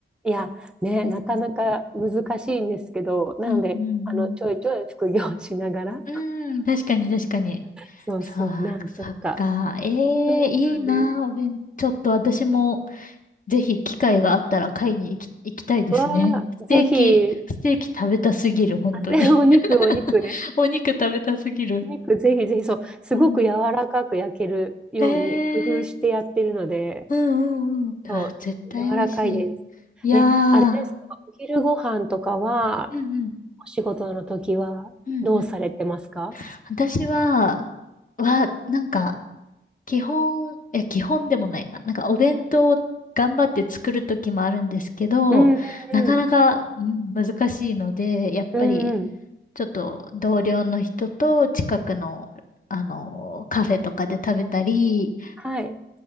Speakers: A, in the centre; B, on the left.
A: いや、ね、
B: うんう
A: なかなか難しいんですけど、なので、
B: んうんう
A: あの、ちょいちょい副業しながら、
B: ん。うん、確かに確かに。
A: そうそう、
B: さあ、
A: なんとか。
B: そっか。え
A: そうなんです。
B: えいいな、お弁、ちょっと私も、ぜひ機会があったら買いに行き、行きたいですね。
A: わあ、
B: ステーキ、
A: ぜひ、え、
B: ステーキ食べたすぎる、本当に。
A: あね <laughs> お肉、
B: <laughs>
A: お肉ね。
B: お肉食べたすぎる。
A: お肉、ぜひぜひ、そう、すごく柔らかく焼けるように工夫してやってるので、
B: うん。ええうんうんうん。うわ絶対美味しい。
A: そう、柔らかいです。
B: いや
A: ね、あれですか、
B: ー。
A: お昼ご飯とかは、
B: うんうん。
A: お仕事の時は、
B: うんうん。
A: どうされてますか
B: 私は、は、なんか、基本、いや、基本でもないな。なんかお弁当を頑張って作る時もあるんですけど、
A: うんうん
B: なかなか、うん、難しいので、やっぱり
A: うんうんうん
B: ちょっと同僚の人と近くの、あの、カフェとかで食べたり、
A: はい。